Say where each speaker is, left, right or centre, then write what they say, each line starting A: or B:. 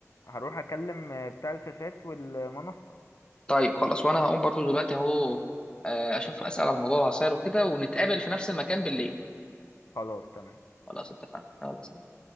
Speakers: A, on the left; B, on the left.
A: هروح اكلم آه، بتاع الشاشات والمنصة
B: طيب خلاص وانا هقوم برضو دلوقتي اهو آه، اشوف اسال على موضوع العصاير وكده ونتقابل في نفس المكان بالليل
A: خلاص تمام
B: خلاص اتفقنا يلا سلام